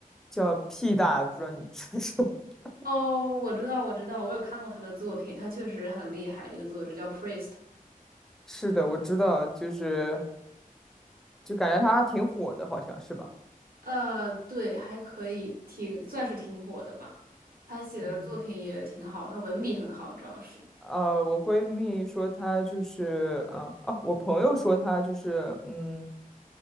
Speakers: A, in the centre; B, on the right.
A: 叫屁大，不知道你知不知道？<laughs>
B: 哦，我知道，我知道，我有看过他的作品，他确实很厉害，一个作者叫 Priest。
A: 是的，我知道，就是就感觉她挺火的，好像是吧？
B: 呃，对，还可以，挺，算是挺火的吧。他写的作品也挺好，
A: 嗯，
B: 他文笔很好，主要是。
A: 呃，我闺蜜说他就是，呃，啊，我朋友说他就是，嗯，